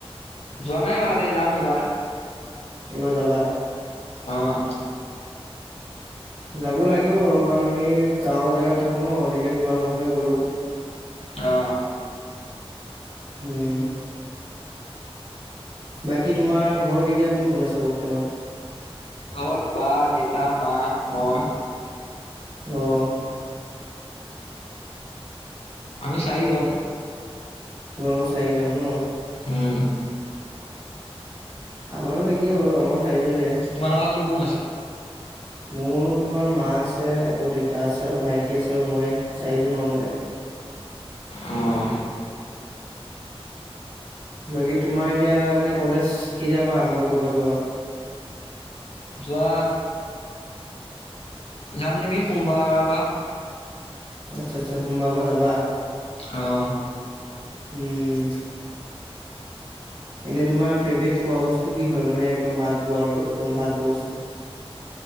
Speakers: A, on the left; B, on the right.
A: যোৱা নাই বাৰু এতিয়া, যাম এইবাৰ।
B: এইবাৰ যাবা?
A: অ'।
B: যাব লাগিব বাৰু কাৰণ, আমি গাঁওৰ জেগাত থাকো ন, এনেকে যোৱা নহয় কলৈকো।
A: অ,
B: উম। বাকী তোমাৰ ঘৰত এতিয়া, কোন কোন আছে বৰ্তমান।
A: ঘৰত বা, দেতা, মা, মই
B: অ'।
A: আমি চাৰিজন।
B: তোমালোকৰ চাৰিজন, ন?
A: উম,
B: আমাৰো একেই বাৰু, আমাৰো চাৰিজনেই।
A: তোমালোকৰ কোন কোন আছে?
B: মোৰ তোমাৰ মা আছে আকৌ দেউতা আছে আৰু ভাইটি আছে আৰু মই, চাৰিজনো আমাৰে।
A: উম।
B: বাকী তোমাৰ এতিয়া মানে কলেজ কেতিয়াৰ পৰা আৰম্ভ কৰিবা যোৱা?
A: যোৱা, যাম নেকি সোমবাৰৰ পা।
B: আচ্ছা, আচ্ছা সোমাবাৰৰ পা যাবা।
A: অ'।
B: উম। এনেই তোমাৰ ফেভৰেট খোৱা বস্তু কি হয় মানে একদম ভাল পোৱা আৰু একদম ভাল পোৱা বস্তু।